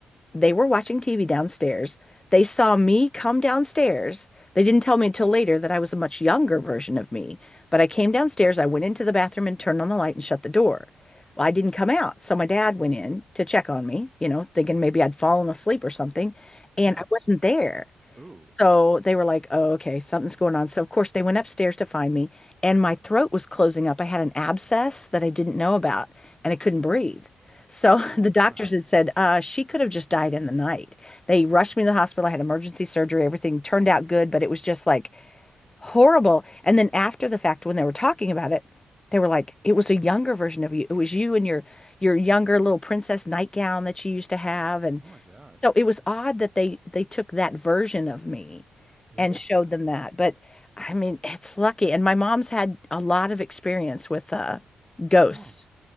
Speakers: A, on the left (about 20°); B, on the right (about 20°).
A: they were watching TV downstairs. They saw me come downstairs. They didn't tell me until later that I was a much younger version of me, but I came downstairs. I went into the bathroom and turned on the light and shut the door. Well, I didn't come out. So my dad went in to check on me, you know, thinking maybe I'd fallen asleep or something, and
B: Yeah.
A: I wasn't there.
B: Ooh.
A: So they were like, oh, okay, something's going on. So, of course, they went upstairs to find me, and my throat was closing up. I had an abscess that I didn't know about, and I couldn't breathe. So,
B: Oh
A: <laughs>
B: my
A: the doctors
B: gosh.
A: had said uh, she could have just died in the night. They rushed me to the hospital. I had emergency surgery. Everything turned out good, but it was just like horrible. And then, after the fact, when they were talking about it, they were like, it was a younger version of you. It was you in your your younger little princess nightgown that you used to have, and
B: Oh my gosh.
A: so it was odd that they they took that version of me
B: Yeah.
A: and showed them that. But I mean, it's lucky. And my mom's had a lot of experience with uh ghosts.
B: Huh.